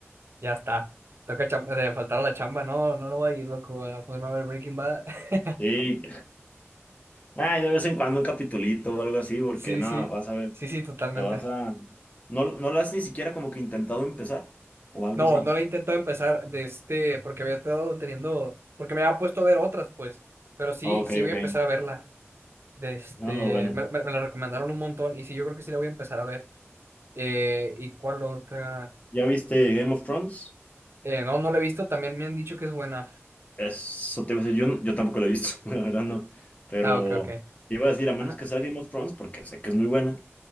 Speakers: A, on the right; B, on the left.
A: Ya está. Toca cham- de faltar a la chamba, no, no no voy a ir, loco, a ponerme a ver Breaking Bad. <laughs>
B: Sí, Ay, de vez en cuando un capitulito o algo así, porque
A: Sí,
B: no,
A: sí,
B: vas a ver,
A: sí, sí, totalmente.
B: te vas a... ¿No, no lo has ni siquiera como que intentado empezar? ¿O algo
A: No,
B: así?
A: no le he intentado empezar de este, porque había estado teniendo, porque me había puesto a ver otras, pues, pero sí,
B: Ok,
A: sí
B: ok.
A: voy a empezar a verla. De este,
B: No, bueno.
A: me, me- me la recomendaron un montón y sí, yo creo que sí la voy a empezar a ver. Eh, ¿y cuál otra?
B: ¿Ya viste Game of Thrones?
A: Eh, no, no la he visto, también me han dicho que es buena.
B: Eso te iba a decir, yo, no- yo tampoco lo he visto, <laughs> la verdad no. Pero
A: Ah, ok, ok.
B: te iba a decir, a menos
A: Ajá.
B: que sea Game of Thrones, porque sé que es muy buena,